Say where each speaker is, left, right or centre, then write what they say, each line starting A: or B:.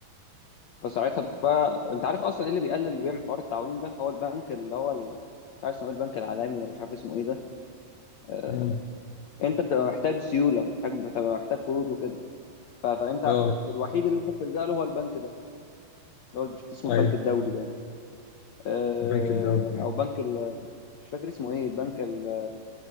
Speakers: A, on the left (about 80°); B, on the left (about 70°).
A: فساعتها بقى انت عارف اصلا ايه اللي بيقلل ويعمل حوار التعويم ده هو البنك اللي هو ال- مش عارف اسمه ايه البنك العالمي ولا مش عارف اسمه ايه ده آه،
B: امم
A: انت بتبقى محتاج سيوله محتاج بتبقى محتاج قروض وكده ف- فانت
B: اه
A: الوحيد اللي انت بتلجأ له هو البنك ده اللي هو بش- اسمه
B: ايوه
A: البنك الدولي باين آه،
B: البنك الدولي
A: او بنك ال- مش فاكر اسمه ايه بنك ال-